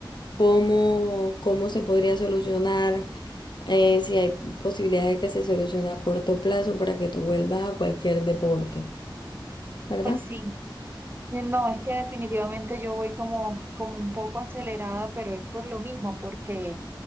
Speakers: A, on the left; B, on the right.
A: cómo, cómo se podría solucionar, eh, si hay posibilidad de que se solucione a corto plazo para que tú vuelvas a cualquier deporte, ¿verdad?
B: pues sí. Y No, es que definitivamente yo voy como, como un poco acelerada, pero es por lo mismo, porque